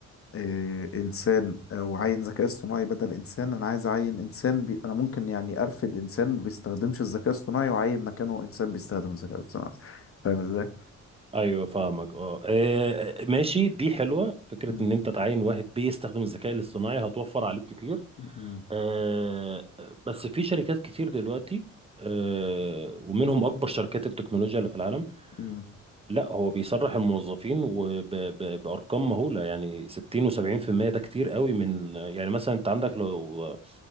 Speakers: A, on the left; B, on the right.
A: آه، انسان او عين ذكاء اصطناعي بدل انسان انا عايز اعين انسان بي... انا ممكن يعني ارفد انسان ما بيستخدمش الذكاء الاصطناعي واعين مكانه انسان بيستخدم الذكاء الاصطناعي فاهم ازاي؟
B: ايوه فاهمك اه إيه، ماشي دي حلوه فكره
A: مم.
B: ان انت تعين واحد بيستخدم الذكاء الاصطناعي هتوفر عليك كتير
A: مم.
B: أه... بس في شركات كتير دلوقتي أه... ومنهم اكبر شركات التكنولوجيا اللي في العالم
A: مم.
B: لا هو بيسرح الموظفين وبأرقام مهولة يعني 60 و70% ده كتير قوي من يعني مثلا انت عندك لو